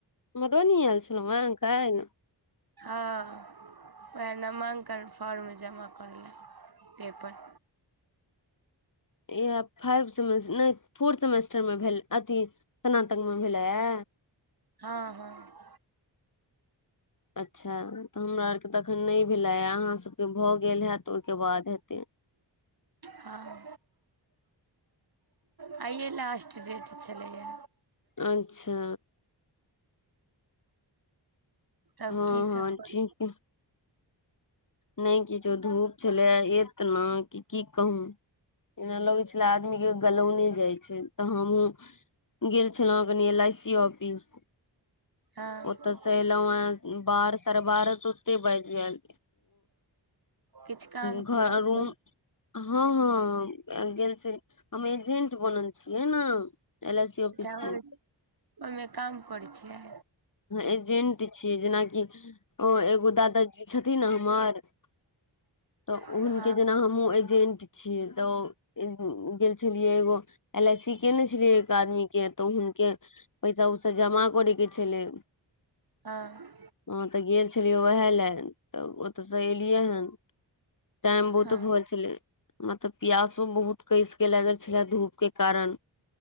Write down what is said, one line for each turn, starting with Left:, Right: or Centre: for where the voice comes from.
Left: मधबनी ऐल छलहु काल्हि
Right: हँ उएह नामांकन फॉर्म जमा करै ले पेपर
Left: इएह फाइव सेमेस्टर नहि फोर्थ सेमेस्टर मे भेल अथी स्नातक मे भेलयै
Right: हँ हँ
Left: अच्छा तऽ हमरा आरके तऽ अखन नहि भेलै अहाँसभके भऽ गेल हैत तऽ ओहिके बाद हेतै
Right: हँ <inaudible> आइए लास्ट डेट छलैये
Left: अच्छा
Right: तब
Left: हँ
Right: की
Left: हँ
Right: सब करै छी
Left: <inaudible> नहि किछो धूप छलय एतना कि की कहू एना लगै छलै आदमी के गलौने जाइ छै तऽ हमू गेल छलौँ कनी एल आई सी ऑफिस
Right: हँ
Left: ओतऽ से ऐलौ है अ बार सारे बार <unintelligible> बाजि गेल
Right: किछु काम
Left: घर
Right: छलै
Left: रूम
Right: की
Left: हँ हँ गेल छी हम एजेंट बनल छियै ने एल आई सी ऑफिस
Right: अच्छा
Left: के
Right: ओहि ओहिमे काम करै छियै
Left: एजेंट छियै जेनाकि ओ एगो दादा छथिन हमर तऽ
Right: हँ
Left: उ हुनके जेना हम हमहु एजेंट छियै तऽ गेल छलियै एगो एल आइ सी केे ने छै एक आदमी के तऽ हुनके पैसा उसा जमा करेके छलै
Right: हँ
Left: हँ तऽ गेल छलियै उएह लए तऽ ओतऽसँ एलियै हन टाइम बहुत
Right: हँ
Left: भ गेल छलै मतलब पियासो बहुत कस के लागल छलै धूप के कारण